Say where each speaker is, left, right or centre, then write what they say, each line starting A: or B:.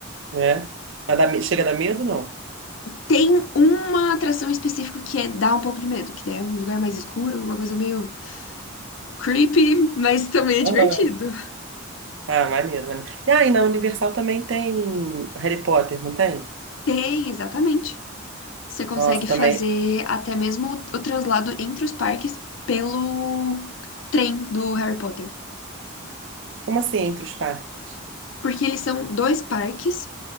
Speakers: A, on the right; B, on the left.
A: É. Mas dá me- chega a dar medo, não?
B: Tem uma atração específica que é dá um pouco de medo, que daí é um lugar mais escuro, uma coisa meio creepy, mas também é divertido.
A: Aham. Ah, maneiro, maneiro. E aí, na Universal também tem Harry Potter, não tem?
B: Tem, exatamente. Você consegue
A: Nossa, também.
B: fazer até mesmo o, o translado entre os parques pelo trem do Harry Potter.
A: Como assim, entre os parques?
B: Porque eles são dois parques